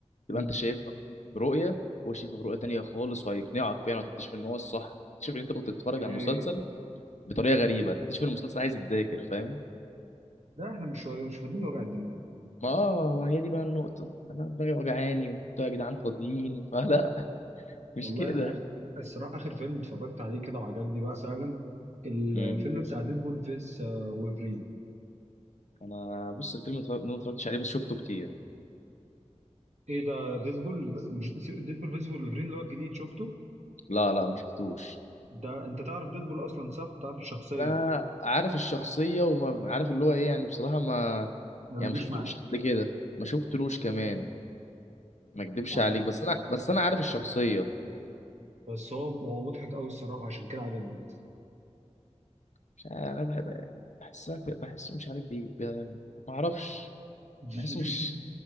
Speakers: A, on the left (about 75°); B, on the right (about 70°).
A: تبقى
B: امم
A: انت شايفها برؤيه وهو شايفها برؤيه تانية خالص وهيقنعك فعلا وتكتشف ان هو الصح تكتشف ان انت كنت بتتفرج
B: اوكي
A: على المسلسل بطريقه غريبه تكتشف ان المسلسل عايز يتذاكر فاهم
B: لا احنا مش مش فاضيين لوجع الدماغ
A: ما اه ما هي دي بقى النقطة أنا دماغي وجعاني وأنتوا يا جدعان فاضيين <laughs> فلا مش
B: والله
A: كده
B: انا آخ- الصراحه اخر فيلم اتفرجت عليه كده وعجبني بقى فعلا الفيلم
A: امم
B: بتاع ديدبول فيس وولفرين
A: أنا بص الفيلم اتف- ما اتفرجتش عليه بس شفته كتير
B: ايه ده ديدبول مش- ديدبول فيس وولفرين اللي هو الجديد شفته
A: لا لا ما شفتوش
B: ده انت تعرف ديدبول اصلا صح تعرف الشخصيه
A: أنا عارف الشخصية وما ب- عارف اللي هو إيه يعني بصراحة ما
B: ما
A: يعني
B: بيجيش
A: ما شفتلوش
B: معاك
A: قبل كده ما شفتلوش كمان ما أكدبش
B: يعني
A: عليك بس أنا بس أنا عارف الشخصية
B: بس هو هو مضحك قوي الصراحه عشان كده عجبني
A: مش عارف أنا بحب يعني بحسها بحسه مش عارف بيه ب- ما أعرفش
B: <laughs>
A: بحسه مش